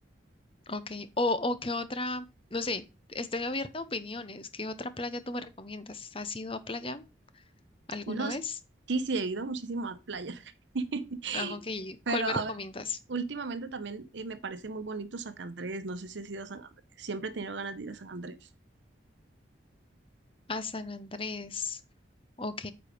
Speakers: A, on the left; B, on the right.
A: ok. O, o qué otra, no sé, estoy abierta a opiniones. ¿Qué otra playa tú me recomiendas? ¿Has ido a playa? alguna
B: No,
A: vez.
B: sí, sí, he ido muchísimo a muchísimas playas. <laughs>
A: Ah, ok.
B: Pero,
A: ¿Cuál me
B: a
A: recomiendas?
B: ver, últimamente también eh, me parece muy bonito San Andrés. No sé si has ido a San Andrés. Siempre he tenido ganas de ir a San Andrés.
A: A San Andrés. Ok.